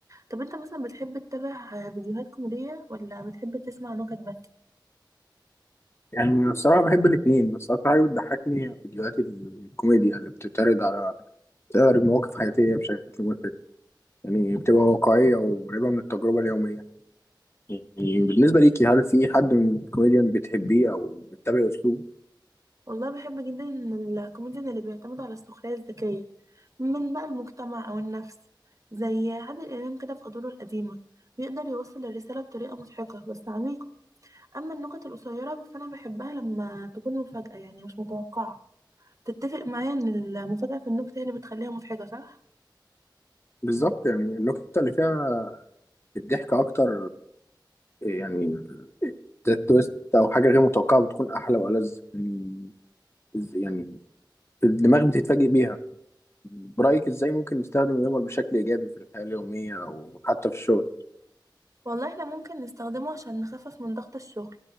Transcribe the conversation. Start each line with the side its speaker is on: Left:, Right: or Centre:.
Right: طب أنت مثلا بتحب تتابع آه، فيديوهات كوميدية ولا بتحب تسمع نكت بس؟
Left: يعني الصراحة بحب الاتنين بس أكتر حاجة بتضحكني هي فيديوهات الكوميديا اللي بتتعرض على بتعرض مواقف حياتية بشكل مضحك يعني بتبقى واقعية وقريبة من التجربة اليومية يعني بالنسبة ليكي هل في حد من الكوميديان بتحبيه أو بتتابعي أسلوبه؟
Right: والله بحب جدا الكوميديان اللي بيعتمد على السخرية الذكية من بقى المجتمع أو النفس زي عادل إمام كده في أدواره القديمة بيقدر يوصل الرسالة بطريقة مضحكة بس عميقة أما النكت القصيرة فأنا بحبها لما تكون مفاجأة يعني مش متوقعة تتفق معايا إن المفاجأة في النكتة هي اللي بتخليها مضحكة صح؟
Left: بالظبط يعني النقطة اللي فيها الضحك أكتر يعني ده التويست أو حاجة غير متوقعة بتكون أحلى وألذ إن- يعني الدماغ بتتفاجئ بيها برأيك إزاي ممكن نستخدم الهيومر بشكل إيجابي في الحياة اليومية أو حتى في الشغل؟
Right: والله احنا ممكن نستخدمه عشان نخفف من ضغط الشغل